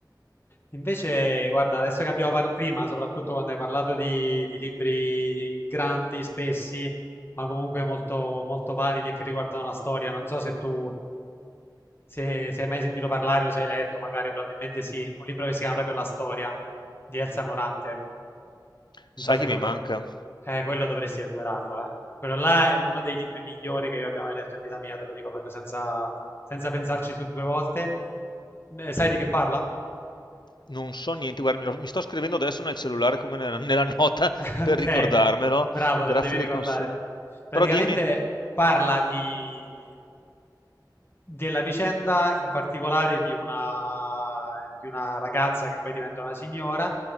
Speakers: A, on the left; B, on the left.
A: Invece, guarda, adesso che abbiamo parlato prima, soprattutto quando hai parlato di, di libri grandi, spessi, ma comunque molto, molto validi e che riguardano la storia, non so se tu se, se hai mai sentito parlare o se hai letto, magari probabilmente sì, un libro che si chiama proprio La storia di Elsa Morante. Non
B: Sai
A: so se
B: che
A: lo...
B: mi
A: co-
B: manca?
A: Eh, quello dovresti recuperarlo, eh. Quello là è uno dei libri migliori che io abbia mai letto in vita mia, te lo dico proprio senza, senza pensarci su due volte. Eh, sai di che parla?
B: Non so niente, guarda, mi, lo- mi sto scrivendo adesso nel cellulare come nella, nella nota
A: Ok,
B: per ricordarmelo.
A: bravo,
B: Grazie
A: te lo devi ricordare.
B: del consiglio.
A: Praticamente
B: Però dimmi,
A: parla di... della vicenda in particolare di una... di una ragazza che poi diventa una signora.